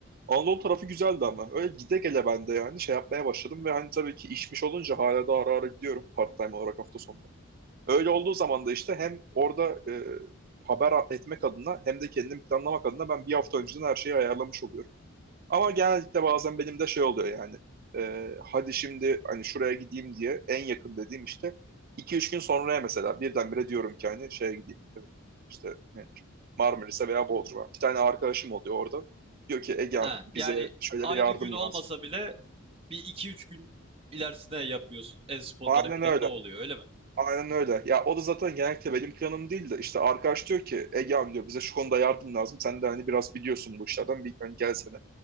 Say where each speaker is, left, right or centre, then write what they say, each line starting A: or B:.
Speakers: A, on the right; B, on the right.
A: Anadolu tarafı güzeldi ama. Öyle gide gele ben de yani şey yapmaya başladım ve hani tabii ki işmiş olunca hala da ara ara gidiyorum part-time olarak hafta sonları. Öyle olduğu zaman da işte hem orada e, haber etmek adına hem de kendimi planlamak adına ben bir hafta önceden her şeyi ayarlamış oluyorum. Ama genellikle bazen benim de şey oluyor yani. Ee, hadi şimdi hani şuraya gideyim diye en yakın dediğim işte iki üç gün sonraya mesela birdenbire diyorum ki hani şeye gideyim. e, işte nedir? Marmaris'e veya Bodrum'a. Bir tane arkadaşım oluyor orada. Diyor ki Egehan
B: Ha, yani
A: bize şöyle
B: aynı
A: bir yardım
B: gün olmasa
A: lazım.
B: bile bir iki üç gün ilerisine yapıyorsun. En spontane
A: Aynen
B: planı
A: öyle.
B: ne oluyor öyle mi?
A: Aynen öyle. Ya o da zaten genellikle benim planım değil de işte arkadaş diyor ki Egehan diyor bize şu konuda yardım lazım. Sen de hani biraz biliyorsun bu işlerden bir hani gelsene.